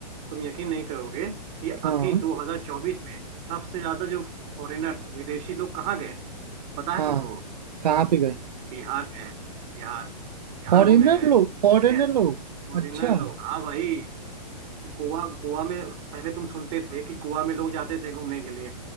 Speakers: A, on the right; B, on the right.
A: तुम यकीन नहीं करोगे कि
B: हाँ
A: अभी 2024 में सबसे ज्यादा जो फॉरेनर्स विदेशी लोग कहाँ गए पता है
B: हाँ
A: तुमको
B: कहाँ पे गए
A: बिहार गए बिहार बिहार
B: फॉरेनर
A: घूमने गए
B: लोग
A: ठीक
B: फॉरेनर
A: है
B: लोग
A: फॉरेनर
B: अच्छा
A: लोग हाँ भाई गोवा गोवा में पहले तुम सुनते थे कि गोवा में लोग जाते थे घूमने के लिए